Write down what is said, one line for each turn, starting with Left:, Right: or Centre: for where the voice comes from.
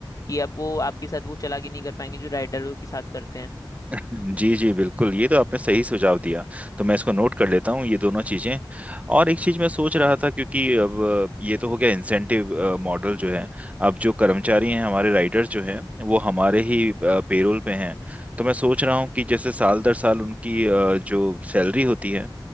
Left: कि अब वो आपके साथ वो चालाकी नहीं कर पाएंगे जो राइडरों के साथ करते हैं
Right: जी जी बिल्कुल ये तो आपने सही सुझाव दिया तो मैं इसको नोट कर लेता हूँ ये दोनों चीजें और एक चीज मैं सोच रहा था क्योंकि अब अ, ये तो हो गया इंसेंटिव मॉडल जो है अब जो कर्मचारी हैं हमारे राइडर्स जो हैं वो हमारे ही पेरोल पे हैं तो मैं सोच रहा हूँ कि जैसे साल दर साल उनकी अ, जो सैलरी होती है